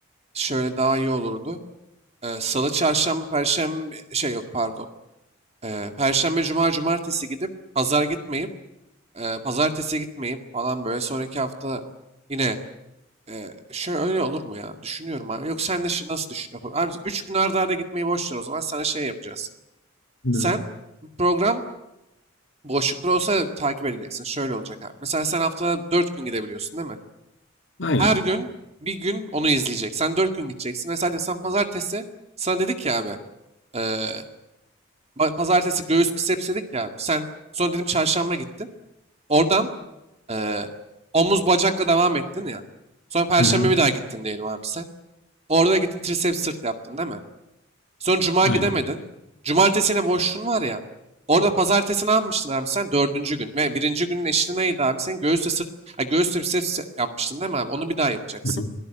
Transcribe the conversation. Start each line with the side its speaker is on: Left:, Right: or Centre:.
Right: şöyle daha iyi olurdu. Ee, Salı, çarşamba, perşembe şey yok pardon. Ee, perşembe, cuma, cumartesi gidip pazar gitmeyip e, pazartesi gitmeyip falan böyle sonraki hafta yine e, şöyle öyle olur mu ya? Düşünüyorum abi. Yok sen de şi- nasıl düşün? yapalım? Abi 3 gün arda arda gitmeyi boş ver o zaman sana şey yapacağız.
Left: Hı.
Right: Sen bir program Boşluklar olsa takip edeceksin. Şöyle olacak abi. Mesela sen haftada 4 gün gidebiliyorsun değil mi?
Left: Aynen.
Right: Her gün bir gün onu izleyecek. Sen 4 gün gideceksin. Mesela sen pazartesi sana dedik ya abi. eee, pa- pazartesi göğüs biceps dedik ya abi. Sen sonra dedim çarşamba gittin. Oradan eee, omuz bacakla devam ettin ya. Sonra perşembe
Left: Hı hı.
Right: bir daha gittin diyelim abi sen. Orada gittin triceps sırt yaptın değil mi? Son cuma
Left: Aynen.
Right: gidemedin. Cumartesine boşluğun var ya. Orada pazartesi ne yapmıştın abi sen? Dördüncü gün. Ve birinci günün eşliği neydi abi? Sen göğüsle sırt, ha, göğüsle biceps yapmıştın değil mi abi? Onu bir daha yapacaksın.
Left: Hı hı.